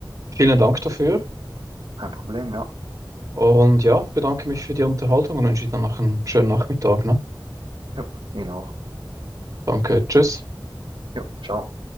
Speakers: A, on the right; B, on the right.
A: Vielen Dank dafür
B: Kein Problem, ja.
A: und ja, bedanke mich für die Unterhaltung und wünsche dir noch einen schönen Nachmittag, ne?
B: Jupp, Ihnen auch.
A: Danke, tschüss.
B: Jupp, ciao.